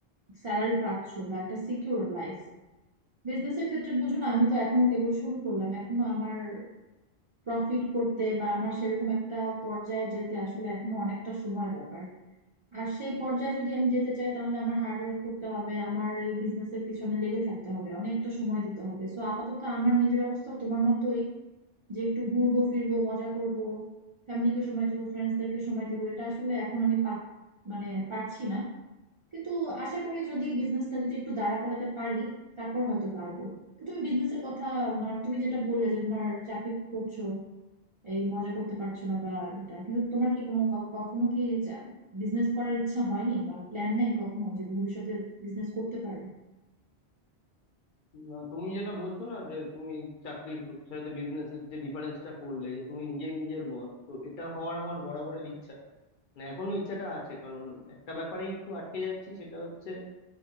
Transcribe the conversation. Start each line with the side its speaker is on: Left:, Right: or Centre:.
Right: স্যালারি পাচ্ছ বা একটা সিকিউর লাইফ বিজনেসের ক্ষেত্রে বুঝো না আমি তো এখনো কেবল শুরু করলাম এখনো আমার প্রফিট করতে বা আমার সেরকম একটা পর্যায়ে যেতে আসলে এখনো অনেকটা সময় ব্যাপার আর সেই পর্যায়ে যদি আমি যেতে চাই তাহলে আমার হার্ড ওয়ার্ক করতে হবে আমার এই বিজনেসের পিছনে লেগে থাকতে হবে অনেকটা সময় দিতে হবে সো আপাতত আমার নিজের অবস্থা তোমার মতোই যে একটু ঘুরবো ফিরবো মজা করব ফ্যামিলিকে সময় দিব ফ্রেন্ডসদেরকে সময় দিব এটা আসলে এখন আমি পা- মানে পারছি না কিন্তু আশা করি যদি বিজনেসটা যদি একটু দাঁড়া করাতে পারি তারপর হয়তো পারবো তো তুমি বিজনেসের কথা মানে তুমি যেটা বললে যে তোমার চাকরি করছো এই মজা করতে পারছো না বা এটা কিন্তু তোমার কি কোনো ক- কখনো কি বিজনেস করার ইচ্ছা হয়নি বা প্ল্যান নাই কখনো যে ভবিষ্যতে বিজনেস করতে পারে
Left: না তুমি যেটা বলছো না যে তুমি চাকরির সাথে বিজনেসের যে ডিফারেন্সটা করলে যে তুমি নিজেই নিজের বস তো এটা হওয়ার আমার বরাবরের ইচ্ছা মানে এখনো ইচ্ছাটা আছে কারণ একটা ব্যাপারেই একটু আটকে যাচ্ছি সেটা হচ্ছে